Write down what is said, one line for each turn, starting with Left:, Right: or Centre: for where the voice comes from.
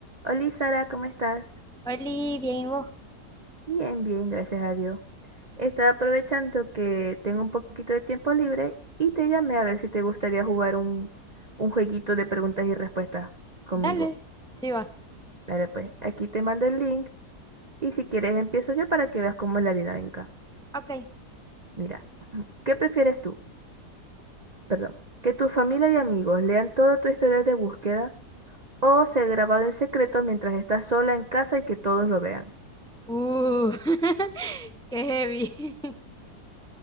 Right: Hola Sara, ¿cómo estás?
Centre: Oli, bien, ¿y vos?
Right: Bien, bien, gracias a Dios. Estaba aprovechando que tengo un poquito de tiempo libre y te llamé a ver si te gustaría jugar un, un jueguito de preguntas y respuestas conmigo.
Centre: Dale, sí va.
Right: Dale pues, aquí te mando el link y si quieres empiezo yo para que veas cómo es la dinámica.
Centre: Ok.
Right: Mira, <clears throat> ¿qué prefieres tú? Perdón, ¿que tu familia y amigos lean todo tu historial de búsqueda o ser grabado en secreto mientras estás sola en casa y que todos lo vean?
Centre: Uh, <laughs> qué heavy. <laughs>